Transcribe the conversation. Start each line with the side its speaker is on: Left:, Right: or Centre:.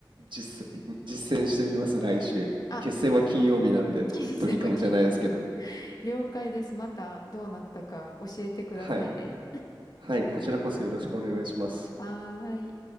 Right: 実践、実践してみます、来週。
Left: あ、
Right: 決戦は金曜日なんで、
Left: 金星は金曜日。
Right: ドリカムじゃないですけど。
Left: 了解です。また、どうなったか教えてくださいね。
Right: はい。はい、こちらこそよろしくお願いします。
Left: はーい。